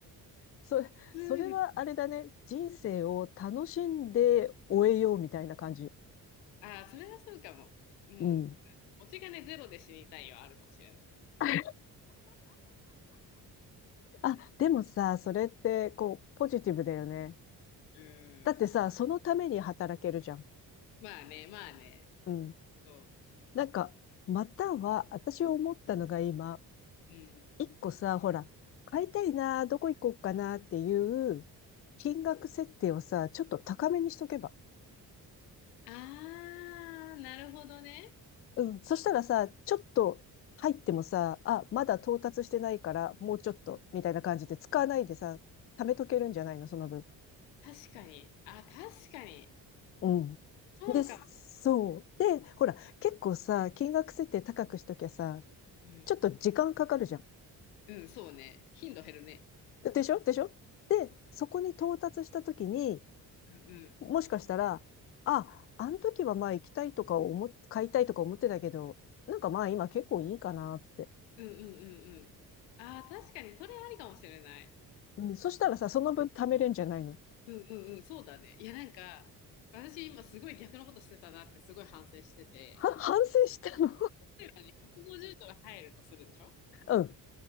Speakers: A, on the left (about 30°); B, on the left (about 85°).
A: それ、
B: そうです
A: それはあれだね。人生を楽しんで終えようみたいな感じ。
B: あー、それはそうかも。もう、
A: うん。
B: 持ち金ゼロで死にたいはあるかもしれない。
A: <laughs> あ、でもさ、それって、こう、ポジティブだよね。
B: うん。
A: だってさ、そのために働けるじゃん。
B: まあね、まあね。
A: うん。
B: そ
A: なんか、または、私思ったのが今、
B: う。うん。
A: 一個さ、ほら、買いたいな、どこ行こうかなっていう、金額設定をさ、ちょっと高めにしとけば。
B: あー、なるほどね。
A: うん。そしたらさ、ちょっと入ってもさ、あ、まだ到達してないから、もうちょっと、みたいな感じで使わないでさ、貯めとけるんじゃないの、その分。
B: 確かに。あ、確かに。
A: うん。
B: そうかも。
A: で、そう。で、ほら、結構さ、金額設定高くしときゃさ、
B: う
A: ちょっと時間かかるじゃん。
B: ん、うん、そうね。頻度減るね。
A: でしょでしょで、そこに到達したときに、
B: うん、うん。
A: もしかしたら、あ、あの時はまあ行きたいとか思っ、買いたいとか思ってたけど、なんかまあ今結構いいかなって。
B: うん、うん、うん、うん。ああ確かに、それありかもしれない。
A: うん、そしたらさ、その分貯めれんじゃないの
B: うん、うん、うん、そうだね。いや、なんか、私今すごい逆のことしてたなってすごい反省してて。
A: は反省したの
B: 例えばね、150ドル入るとするでしょ
A: <laughs> うん。